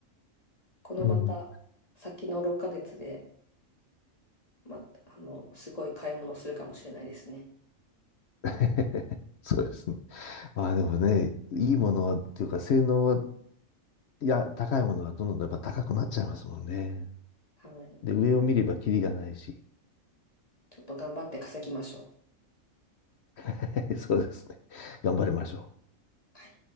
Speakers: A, on the left; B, on the left.
A: このまた先の6ヶ月で、
B: うん。
A: また、あの、すごい買い物をするかもしれないですね。
B: <laughs> そうですね。まあでもね、いいものは、っていうか性能は、いや、高いものはどんどんやっぱ高くなっちゃいますもんね。
A: はい。
B: で、上を見ればキリがないし、
A: ちょっと頑張って稼ぎましょう。
B: <laughs> そうですね。頑張りましょう。
A: はい